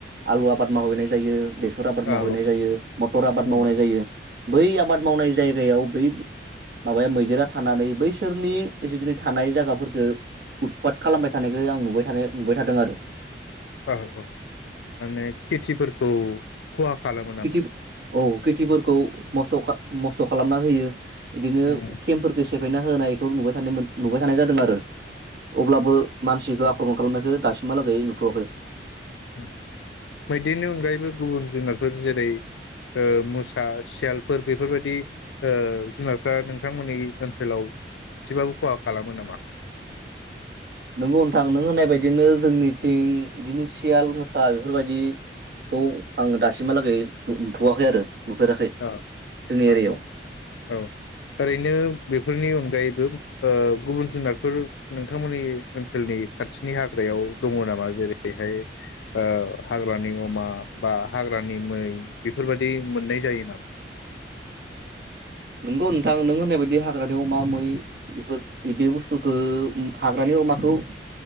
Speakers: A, on the right (about 55°); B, on the left (about 90°).
A: आलु आबाद मावहैनाय जायो । बेसर आबाद
B: औ
A: मावहैनाय जायो। मटर आबाद
B: उम
A: मावनाय जायो बै आबाद मावनाय जायगायाव बै माबाया मैदेरा थानानै बैसोरनि जिखिनि थानाय जायगाफोरखो उदपाथ खालामबाय थानायखो आं नुबाय थानो नुबाय थादों आरो
B: औ औ माने खेथिफोरखौ खहा खालामो नामा?
A: खेथि औ खेथिफोरखौ मस्थ खा मस्थ खालामना होयो बिदिनो
B: उम
A: केम्पफोरखौ से फायना होनायखौ नुबाय थानो नुबाय थानाय जादों आरो अब्लाबो मानसिखो
B: उम
A: आख्रमन खालामनायखो दासिम हालागै नुथवाखै
B: उम मैदेरनि अनगायैबो गुबुन जुनारफोर जेरै ओ मुसा सियालफोर बेफोरबायदि ओ जुनारफ्रा नोंथांमोननि ओनसोलाव एसेबाबो खहा खालामो नामा
A: नोंगौ नोंथां नों होननाय बायदिनो जोंनिथिं बिदिनो सियाल मोसा बेफोरबायदिखौ आं दासिमहालागै नुथवाखै आरो नुफेराखै
B: ओ
A: जोंनि
B: औ
A: एरियायाव
B: औ औ ओरैनो बेफोरनि अनगायैबो ओ गुबुन जुनारफोर नोंथांमोननि ओनसोलनि खाथिनि हाग्रायाव दङ नामा जेरैहाय ओ हाग्रानि अमा बा हाग्रानि मै बेफोरबायदि मोननाय जायो नामा
A: नोंगौ नोंथां नों होननाय बायदि हाग्रानि अमा मै बेफोर इदि बुस्थुखो हाग्रानि अमाखौ